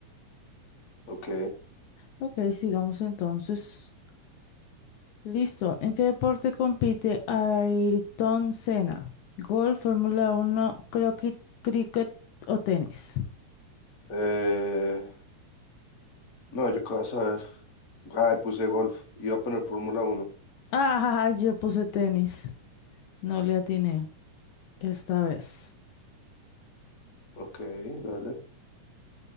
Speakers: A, on the left; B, on the left.
A: ok.
B: Ok, sigamos entonces. Listo. ¿En qué deporte compite Ayrton Senna? ¿Golf, Fórmula uno, croquet, cricket o tenis?
A: Eh, no, yo qué vas a ver. Ay, puse golf. Iba a poner Fórmula Uno,
B: Ah, <laughs> yo puse tenis. No le atiné esta vez.
A: Ok, dale.